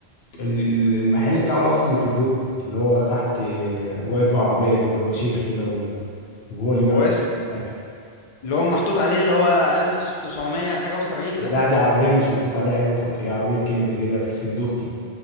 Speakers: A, on the left (about 75°); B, on the left (about 50°).
A: ال- ال- المحل بتاعه الأصلي اللي في الدقي اللي هو تحت آه، واقف في عربية كده هو شيخ كده و- وهو اللي بيقعد
B: هو اسمه
A: يعمل الأكل
B: اللي هو محطوط عليه اللي هو 1900 حاجة و70
A: لا
B: ده
A: دي عربية مش محطوط عليها أي أيوة هي عربية كبدة كده في الدقي